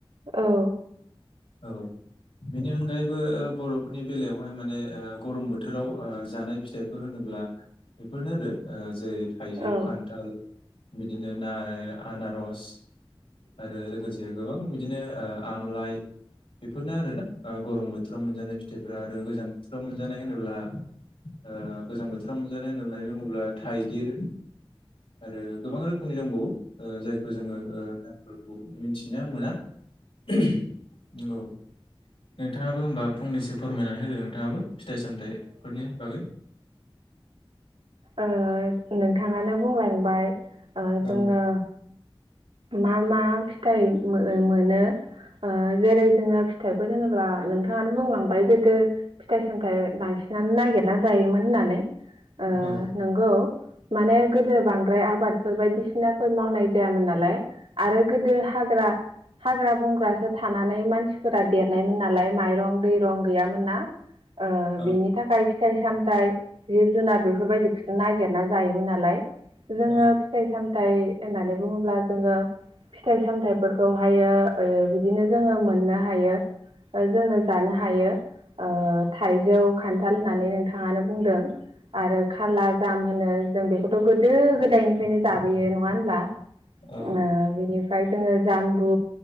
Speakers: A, on the right; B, on the left.
A: औ
B: औ बेनि अनगायैबो ओ बर'फोरनि बेलायावहाय माने ओ गरम बोथोराव ओ जानाय फिथाइफोर होनो। अब्ला बेफोरनो आरो ओ जेरै थाइजौ
A: औ
B: खान्थाल बिदिनो नार आनारस आरो लोगोसे गोबां बिदिनो ओ आमलाइ बेफोरनो आरो ना ओ गरम बोथोराव मोनजानाय - फिथाइफ्रा आरो गोजां बोथोराव मोनजानाय होनोब्ला ओ गोजां बोथोराव मोनजानाय होननानै बुङोब्ला थाइगिर आरो गोबां रोखोमनि दंबावो ओ जायखौ जोङो ओ नामफोर मिथिना मोना औ नोंथाङाबो होमबा फंनैसो फोरमायनानै होदो नोंथाङाबो फिथाइ सामथाइ फोरनि बागै।
A: ओ नोंथाङानो बुंलांबाय ओ
B: औ
A: जोङो मा मा फिथाइ मोनो ओ जेरै जोङो फिथाइफोर होनोब्ला नोंथाङानो बुंलांबाय गोदो फिथाइ-सामथाइ बांसिनानो नागिरना जायोमोन होननानै ओ
B: औ
A: नंगौ माने गोदो बांद्राय आ आबादफोर बायदिसिनाफोर मावनाय जायामोन नालाय आरो गोदो हाग्रा हाग्रा-बंग्रासो थानानै मानसिफोरा देरनायमोन नालाय माइरं दैरं गैयामोन ना। ओ
B: औ
A: बिनि थाखाय फिथाइ सामथाइ जिब जुनार बेफोरबायदि नागिरना जायोमोन नालाय जोङो
B: औ
A: फिथाइ सामथाइ होननानै बुङोब्ला जोङो फिथाइ सामथाइफोरखौहायो ओ बिदिनो जोङो मोननो हायो। जोङो जानो हायो। ओ थाइजौ, खान्थाल होननानै नोंथाङानो बुंदों। आरो खाला जाम होनो जों बेखौथ' गोदो गोदायनिफ्रायनो जाबोयो नङा होनब्ला?
B: औ
A: ओ बिनिफ्राय जोङो जामबु